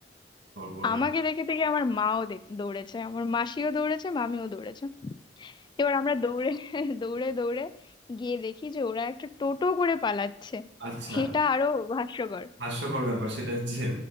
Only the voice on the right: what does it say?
সর্বনাশ
আচ্ছা
হাস্যকর ব্যাপার সেটা হচ্ছে